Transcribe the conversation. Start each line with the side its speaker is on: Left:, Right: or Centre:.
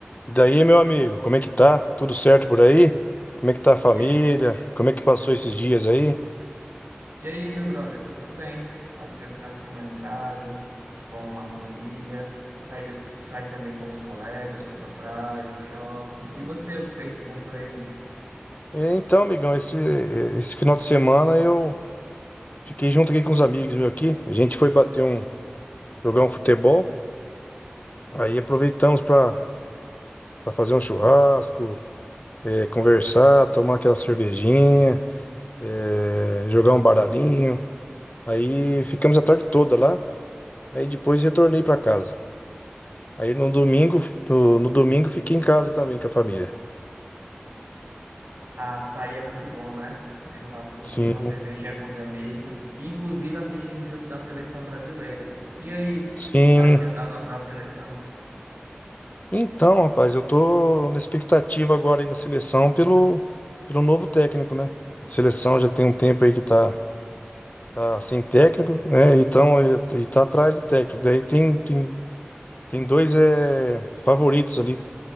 Left: E daí, meu amigo, como é que tá? Tudo certo por aí? Como é que tá a família?
Right: E, a-
Left: Como é que passou esses dias aí?
Right: e aí, meu brother, tudo bem? Passei o final de semana em casa, com a família, saí, de- saí também com os colegas, fui pra praia, shopping. E você, o que fez de bom por aí?
Left: É, então, amigão, esse, esse final de semana eu fiquei junto aqui com os amigos meus aqui. A gente foi bater um, jogar um futebol. Aí aproveitamos para fazer um churrasco, é, conversar, tomar aquela cervejinha, é, jogar um baralhinho. Aí ficamos a tarde toda lá. Aí depois retornei para casa. Aí no domingo, no, no domingo fiquei em casa também com a família.
Right: Ah, sair é muito bom, né? Um churrasquinho,
Left: Sim.
Right: uma cervejinha com os amigos, e inclusive assistindo o jogo da seleção brasileira. E aí,
Left: Sim.
Right: o que tá achando da, no- da seleção?
Left: Então, rapaz, eu tô na expectativa agora aí da seleção pelo, pelo novo técnico, né? A seleção já tem um tempo aí que tá, tá sem técnico, né? Então, e, e tá atrás do técnico. Daí tem, tem, tem dois é, favoritos ali